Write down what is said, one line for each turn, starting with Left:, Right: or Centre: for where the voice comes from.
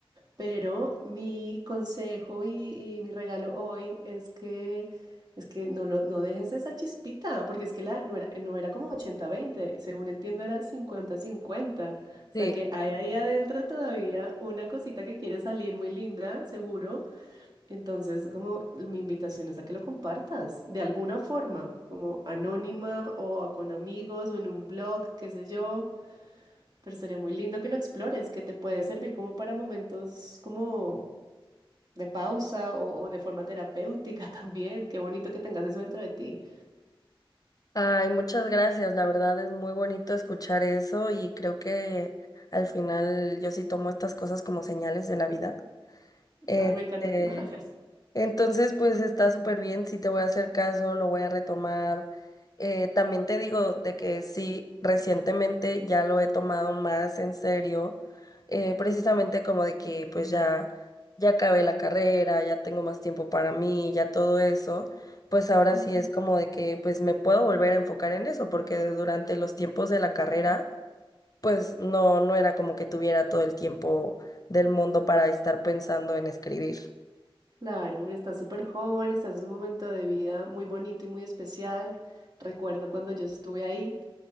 Right: Pero mi consejo y, y mi regalo hoy es que, es que no, lo, no dejes esa chispita, porque es que la, no era, no era como ochenta veinte según entiendo era cincuenta cincuenta O
Left: Sí.
Right: sea que hay ahí adentro todavía una cosita que quiere salir muy linda, seguro. Entonces, como mi invitación es a que lo compartas de alguna forma, como anónima o con amigos o en un blog, qué sé yo. Pero sería muy lindo que lo explores, que te puede servir como para momentos como de pausa o, o de forma terapéutica <laughs> también. Qué bonito que tengas eso dentro de ti.
Left: Ay, muchas gracias. La verdad es muy bonito escuchar eso y creo que al final yo sí tomo estas cosas como señales de la vida. Este,
Right: Ay, me encanta que lo hagas.
Left: Entonces, pues está súper bien, sí te voy a hacer caso, lo voy a retomar. Eh, también te digo de que sí, recientemente ya lo he tomado más en serio, eh, precisamente como de que pues ya, ya acabé la carrera, ya tengo más tiempo para mí, ya todo eso, pues ahora
Right: Ujú.
Left: sí es como de que pues me puedo volver a enfocar en eso, porque durante los tiempos de la carrera, pues no, no era como que tuviera todo el tiempo del mundo para estar pensando en escribir.
Right: Claro, estás súper joven, estás en un momento de vida muy bonito y muy especial. Recuerdo cuando yo estuve ahí,